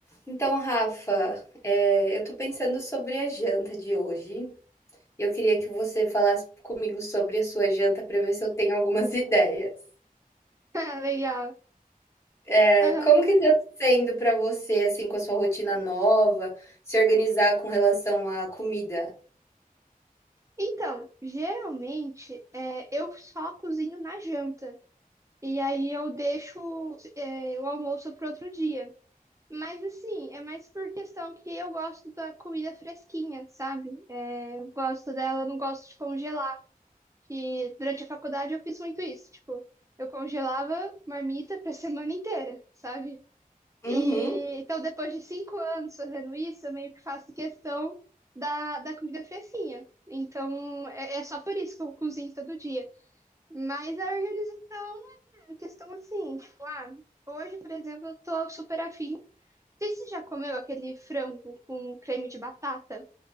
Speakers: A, on the left; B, on the right.
A: Então, Rafa, eh, eu tô pensando sobre a janta de hoje. Eu queria que você falasse comigo sobre a sua janta para ver se eu tenho algumas <laughs> ideias.
B: <laughs> Ah, legal.
A: Eh,
B: Aham.
A: como que tá sendo para você, assim, com a sua rotina nova, se organizar com relação à comida?
B: Então, geralmente é, eu só cozinho na janta. E aí eu deixo é, o almoço para outro dia. Mas assim, é mais por questão que eu gosto da comida fresquinha, sabe? É, eu gosto dela, eu não gosto de congelar. Que durante a faculdade eu fiz muito isso. Tipo, eu congelava marmita pra <laughs> semana inteira, sabe? E
A: Uhum.
B: então, depois de cinco anos fazendo isso, eu meio que faço questão da, da comida fresquinha. Então, é, é só por isso que eu cozinho todo dia. Mas a organização é questão assim, tipo, ah, hoje, por exemplo, eu tô super afim. Não sei se você já comeu aquele frango com creme de batata.